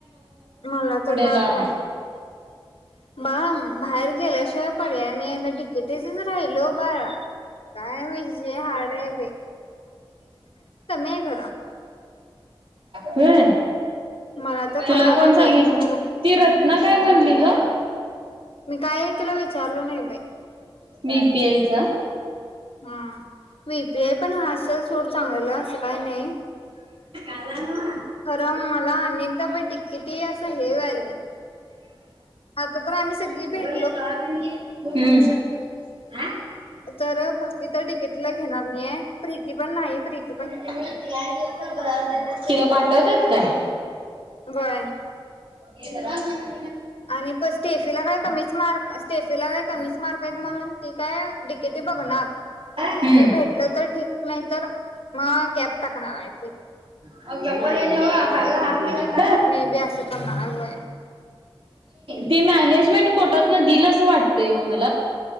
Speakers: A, on the left (about 80°); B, on the right (about 70°).
A: मला तर काय
B: लांब.
A: कल--बघा ना बाहेर गेल्याशिवाय पर्याय नाही. आता डि के टी चं च राहिलं बाळा. काय बाई विषय हार्ड हाय.
B: <unintelligible>
A: आहे खरं
B: होय
A: मला तर
B: तुला
A: कळना
B: कोण
A: बाई
B: सांगितलं?
A: खरं
B: ती रत्ना काय म्हणली ग?
A: मी काय तुला विचारलो नाही बाई
B: व्ही पी आय च?
A: हा व्हि पी आय पण असल सोड चांगलं. तस काय नाही.
B: आला ना
A: खरं मला आणि एकदा द्किती की किती असं हे व्हायलय आता तर आम्ही सगळी भेट
B: <unintelligible> हं <inaudible> आ
A: तर भक्ती तर डी कितला घेणार नाही ये प्रीती पण नाही प्रीत
B: <unintelligible> त्यात काय
A: व्हय
B: ये जरा आन ग
A: आणि स्टेफी ला काय कमीच मार्क स्टेफी ला काय कमीच मार्क म्हणून ती काय <inaudible> बघना
B: हम्म.
A: जर भेटलं तर ठीक नाही तर गॅप म टाकणार य ती पण.
B: <unintelligible>
A: मी बी आस करणार आहे व्हय.
B: ते मॅनेजमेंट कोटातन दिल आस वाटतय ग मला.